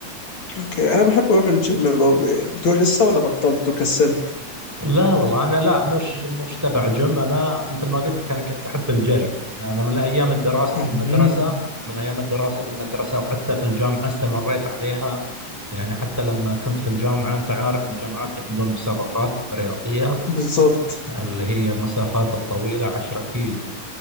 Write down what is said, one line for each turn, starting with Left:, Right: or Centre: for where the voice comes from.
Left: اوكي انا بحب اروح الجيم برضه يعني بتروح لسه ولا بطلت وكسلت
Centre: لا والله انا لا مش مش تبع جيم انا مثل ما قلت لك انا كنت احب الجري يعني انا من ايام الدراسه
Left: مهم.
Centre: في المدرسه من ايام الدراسه في المدرسه وحتى في الجامعه استمريت عليها يعني حتى لما كنت في الجامعه انت عارف الجامعات يعملون مسابقات رياضيه
Left: بالظبط
Centre: اللي هي المسافات الطويله 10 كيلو